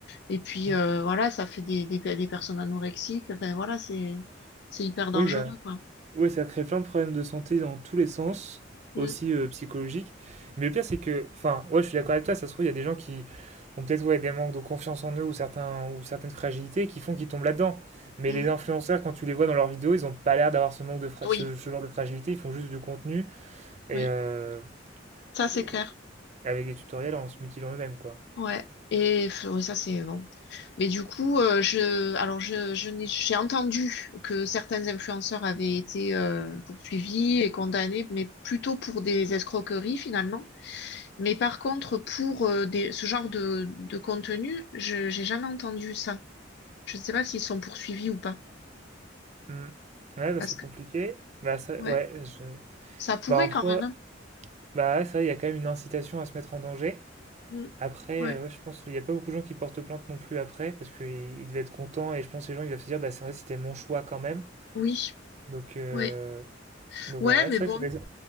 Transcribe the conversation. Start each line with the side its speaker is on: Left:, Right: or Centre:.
Left: Et puis
Right: Mm.
Left: euh, voilà, ça fait des, des, des personnes anorexiques. Enfin voilà, c'est, c'est hyper dangereux,
Right: Oui, bah.
Left: quoi.
Right: Oui, ça crée plein de problèmes de santé dans tous les sens,
Left: Mm,
Right: aussi euh, psychologiques. Mais le pire, c'est que, enfin, ouais, je suis d'accord avec toi, ça se trouve, il y a des gens qui ont peut-être ouais, des manques de confiance en eux ou, certains, ou certaines fragilités qui font qu'ils tombent là-dedans. Mais
Left: mm.
Right: les influenceurs, quand tu les vois dans leurs vidéos, ils n'ont pas l'air d'avoir ce manque de fra-
Left: Oui,
Right: ce, ce genre de fragilité, ils font juste du contenu et,
Left: oui,
Right: euh,
Left: ça c'est
Right: et
Left: clair.
Right: avec des tutoriels en se mutilant eux-mêmes, quoi.
Left: Ouais. Et pff, ouais, ça, c'est bon. Mais du coup, euh, je, alors je, je n'ai- j'ai entendu que certains influenceurs avaient été euh, poursuivis et condamnés, mais plutôt pour des escroqueries finalement. Mais par contre, pour euh, des, ce genre de, de contenu, je, j'ai jamais entendu ça. Je ne sais pas s'ils sont poursuivis ou pas.
Right: Hmm. Ouais, bah,
Left: Parce
Right: c'est
Left: que,
Right: compliqué. Bah, ça,
Left: ouais,
Right: ouais, je...
Left: ça pourrait
Right: bah, en
Left: quand
Right: soi,
Left: même. hein.
Right: bah, ouais, c'est vrai, il y a quand même une incitation à se mettre en danger.
Left: Mm.
Right: Après,
Left: Ouais.
Right: euh, ouais, je pense qu'il n'y a pas beaucoup de gens qui portent plainte non plus après, parce qu'ils devaient être contents, et je pense que les gens ils doivent se dire, bah, c'est vrai, c'était mon choix quand même.
Left: Oui.
Right: Donc, euh,
Left: Ouais.
Right: donc
Left: Ouais,
Right: voilà, ouais,
Left: mais
Right: c'est vrai
Left: bon.
Right: que c'est-